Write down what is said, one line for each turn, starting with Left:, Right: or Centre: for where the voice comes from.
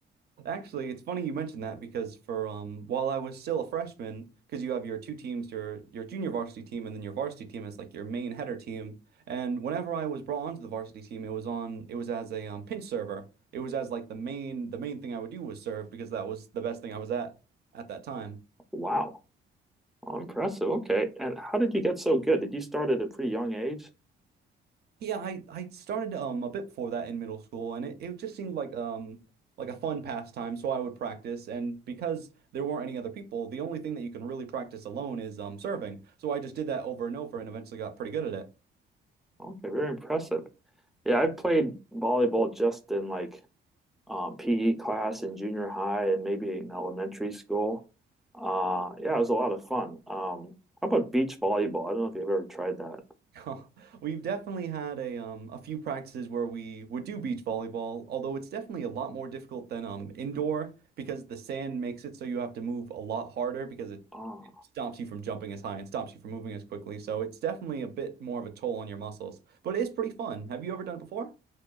Right: Actually, it's funny you mentioned that because for um while I was still a freshman, because you have your two teams, your your junior varsity team and then your varsity team is like your main header team. And whenever I was brought onto the varsity team, it was on it was as a um, pinch server. It was as like the main the main thing I would do was serve because that was the best thing I was at at that time.
Centre: Wow. Oh, impressive. Okay. And how did you get so good? Did you start at a pretty young age?
Right: Yeah, I I started um a bit before that in middle school, and it, it just seemed like um like a fun pastime. So I would practice, and because there weren't any other people, the only thing that you can really practice alone is um serving. So I just did that over and over, and eventually got pretty good at it.
Centre: Okay, very impressive. Yeah, I played volleyball just in like um, PE class in junior high and maybe in elementary school. Uh, yeah, it was a lot of fun. Um, how about beach volleyball? I don't know if you've ever tried that.
Right: <laughs> We've definitely had a um a few practices where we would do beach volleyball, although it's definitely a lot more difficult than um indoor because the sand makes it so you have to move a lot harder because it
Centre: Ah,
Right: it stops you from jumping as high and stops you from moving as quickly. So it's definitely a bit more of a toll on your muscles, but it is pretty fun. Have you ever done it before?